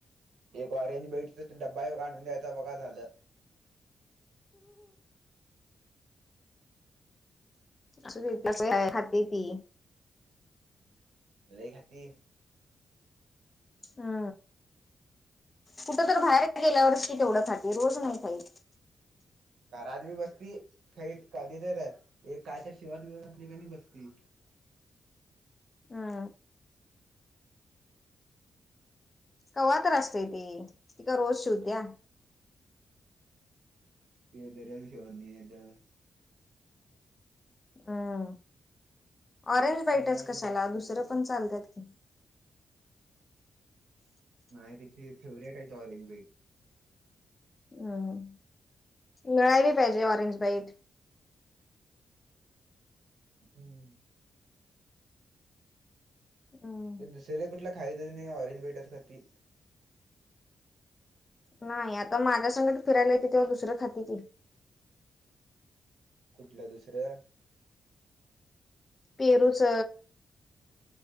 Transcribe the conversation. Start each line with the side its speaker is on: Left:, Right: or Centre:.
Right: एक ऑरेंज बेईटच ड्बा काढून द्यायचा बघा झालं.
Left: असुदे खाते ती
Right: लइ खाती
Left: हा कुठ तर बाहेर गेल्यावरच कि तेवढं खाते रोज नाही खाइत
Right: घरात बी बसती काही कधी तर एक कायतर शिवत बिवत का नाही बसती.
Left: हा कव्हा तर असतय ते दरोज शिवत्या.
Right: ते वेगळा विषय <inaudible>
Left: हं ऑरेंज वाईटच
Right: कवा
Left: कशाला
Right: तर
Left: दुसरं पण चालत्यात कि,
Right: नाही तिची फेवरेट आहे त ऑरेंज बे
Left: हं मिळायली पाहिजे ऑरेंज बाईट.
Right: हम्म
Left: हं
Right: ते दुसरे कुठला खायच नाही ऑरंजेटच खाती.
Left: नाही आता माझ्या संगट फिरायला येत तेव्हा दुसऱ्या खाती कि.
Right: कुठल दुसरं?
Left: पेरूच,